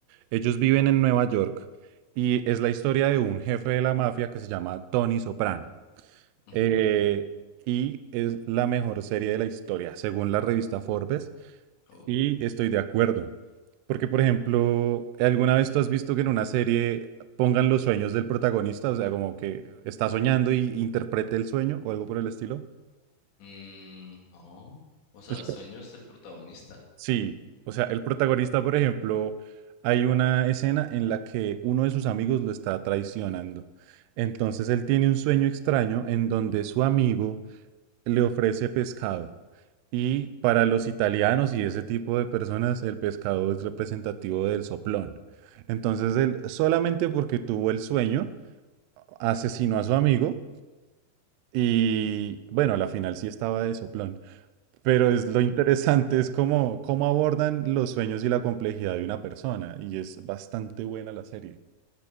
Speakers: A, on the right; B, on the left.
A: Ellos viven en Nueva York y es la historia de un jefe de la mafia que se llama Tony Soprano.
B: Ujú.
A: Eh, y es la mejor serie de la historia, según la revista Forbes.
B: Oh.
A: Y estoy de acuerdo. Porque, por ejemplo, ¿alguna vez tú has visto que en una serie pongan los sueños del protagonista? O sea, como que está soñando y interprete el sueño o algo por el estilo.
B: Mm, no, o sea,
A: <laughs>
B: sueños del protagonista.
A: Sí, o sea, el protagonista, por ejemplo, hay una escena en la que uno de sus amigos lo está traicionando. Entonces él tiene un sueño extraño en donde su amigo le ofrece pescado. Y para los italianos y ese tipo de personas, el pescado es representativo del soplón. Entonces él, solamente porque tuvo el sueño, asesinó a su amigo y bueno, a la final sí estaba de soplón. Pero es lo interesante es cómo, cómo abordan los sueños y la complejidad de una persona. Y es bastante buena la serie.